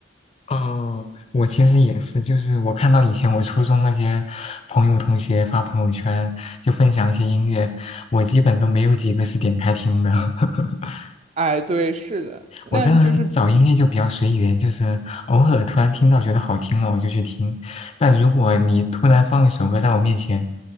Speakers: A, on the left (about 35°); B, on the right (about 35°).
A: 哦、我其实也是，就是我看到以前我初中那些朋友同学发朋友圈，就分享一些音乐，我基本都没有几个是点开听的。<laughs>
B: 哎，对，是的，那就是
A: 我这人找音乐就比较随缘，就是偶尔突然听到觉得好听了，我就去听。但如果你突然放一首歌在我面前，